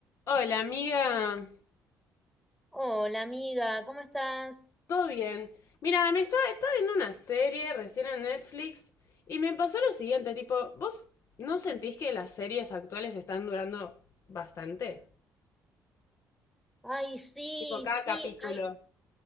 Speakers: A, on the left (about 50°); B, in the centre.
A: Hola, amiga.
B: Hola amiga, ¿cómo estás?
A: ¿Todo bien? Mira, me estaba, estaba viendo una serie recién en Netflix y me pasó lo siguiente, tipo, ¿vos no sentís que las series actuales están durando bastante?
B: Ay, sí,
A: Tipo, cada
B: sí,
A: capítulo.
B: ay,